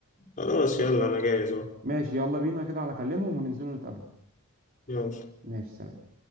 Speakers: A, on the left; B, on the right.
A: خلاص يلا انا جاهز اهو
B: ماشي يلا بينا كده انا اكلمهم وننزلوا نتقابلوا
A: يلا
B: ماشي سلام